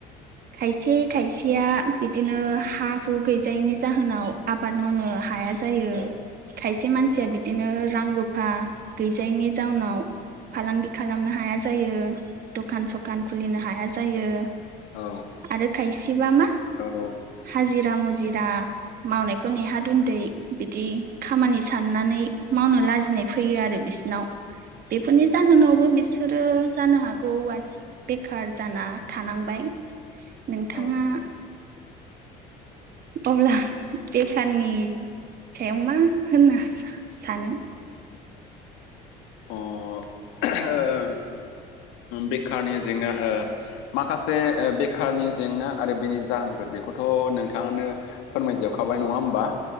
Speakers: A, on the right; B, on the left.
A: खायसे खायसेया इदिनो, हा हु गैजायैनि जाहोनाव आबाद मावनो हाया जायो।
B: औ
A: खायसे मानसिया
B: औ
A: बिदिनो रां रुफा गैजायैनि जाउनाव, फालांगि खालामनो हाया जायो दखान सखान खुलिनो हाया जायो।
B: औ
A: आरो खायसेबा मा
B: औ
A: हाजिरा मुजिरा मावनायखौ नेहाद उन्दै बिदि खामानि साननानै मावनो लाजिनाय फैयो आरो बिसो नाव बेफोरनि जाहोनावबो बिसोरो जानो हागौ। बेखार जाना थानांबाय, नोंथाङा
B: औ
A: अब्ला बेखाननि सायाव मा होनना सा सानो?
B: औ <unintelligible> बेखारनि जेंना ओ माखासे बेखारनि जेंना आरो बिनि जाहोनफोर बेखौथ' नोंथाङानो फोरमायजोबखाबाय नङा होमबा?